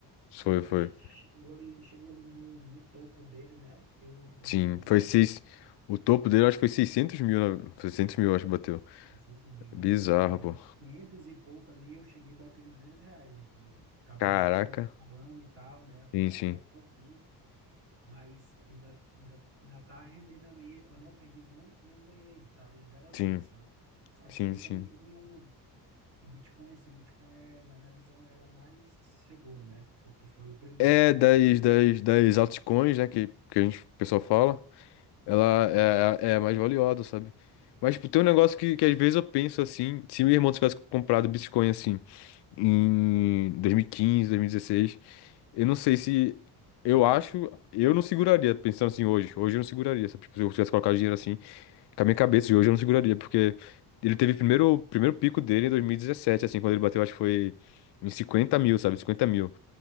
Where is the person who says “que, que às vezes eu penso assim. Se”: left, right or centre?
Left